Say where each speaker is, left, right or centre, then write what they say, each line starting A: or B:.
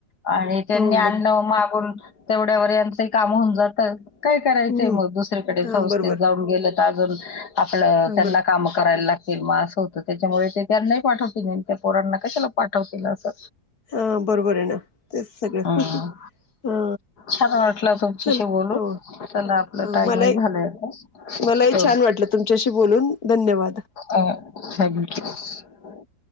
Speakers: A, on the left; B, on the left.
A: आणि त्यांनी
B: हो
A: आणलं
B: बर
A: मागून तेवढ्यावर याचं ही काम हुन जात. काय करायचाय
B: हम्म
A: मग दुसरीकडे
B: हा
A: संस्थेत
B: बरोबर
A: जाऊन गेलं का अजून आपलं
B: हा
A: तेना
B: बर
A: काम कराय लाग म असं होतं ते त्याच्यामुळे ते त्यांनाही पाठवतील <unintelligible> पोरांना कशाला पाठवतील असं
B: हा बरोबर आहे ना तेच सगळं
A: हम्म
B: हा
A: छान वाटलं तुमच्याशी
B: चला
A: बोल लून
B: हो
A: चला आपल
B: हा
A: टाईमिग
B: मलाही
A: झालय आता.
B: मलाही छान वाटलं तुमच्याशी बोलून धन्यवाद
A: अं थँक <unintelligible>